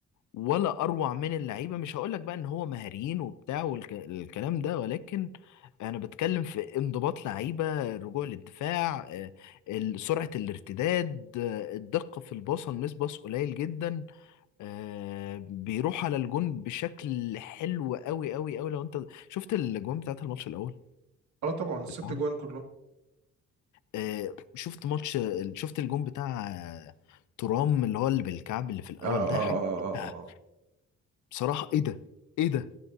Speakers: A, on the left; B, on the right.
A: ولا اروع من اللعيبه مش هقول لك بقى ان هو مهاريين وبتاع والكلام ده ولكن انا بتكلم في انضباط لعيبه الرجوع للدفاع آه، ال- سرعه الارتداد آه، الدقه في الباصه مس باص قليل جدا آه، بيروح على الجون بشكل حلو قوي قوي قوي لو انت شفت الجون بتاعت الماتش الاول
B: اه طبعا الست
A: بتاعهم
B: جوان كلهم
A: آه، شفت ماتش شفت الجون بتاع آه، ترام اللي هو اللي بالكعب اللي في الاول
B: اه اه
A: ده حاجه
B: اه اه
A: آه،
B: آه، آه.
A: بصراحه ايه ده ايه ده